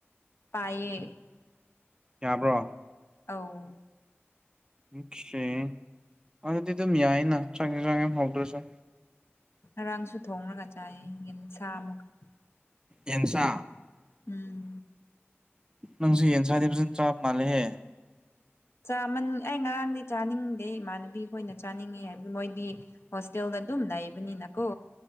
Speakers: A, on the left; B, on the right.
A: ꯄꯌꯦ
B: ꯌꯥꯕ꯭ꯔꯣ
A: ꯑꯧ
B: ꯑꯣꯀꯦ ꯑꯗꯨꯗꯤ ꯑꯗꯨꯝ ꯌꯥꯏꯅ ꯆꯥꯡꯌꯦ ꯆꯥꯡꯉ ꯍꯧꯗ꯭ꯔꯁꯦ
A: ꯉꯔꯥꯡꯁꯨ ꯊꯣꯡꯉꯒ ꯆꯥꯏ ꯌꯦ ꯁꯥ ꯑꯃꯨꯛꯀ
B: ꯑꯦꯦꯝꯁꯥ
A: ꯎꯝ
B: ꯅꯪꯁꯨ ꯌꯦꯟꯁꯥꯗꯕꯁꯤꯅ ꯆꯞ ꯃꯥꯜꯦꯍꯦ
A: ꯆꯥꯃꯟ ꯑꯩ ꯉꯔꯥꯡꯗꯤ ꯆꯥꯅꯤꯡꯗꯦ ꯏꯃꯥꯟꯅꯕꯤꯈꯣꯏꯅ ꯆꯥꯅꯤꯡꯏꯤ ꯍꯥꯏꯕꯗꯤ ꯃꯣꯏꯗꯤ ꯍꯣꯁꯇꯦꯜꯗ ꯗꯨ ꯂꯩꯕꯅꯤ ꯅ ꯀꯣ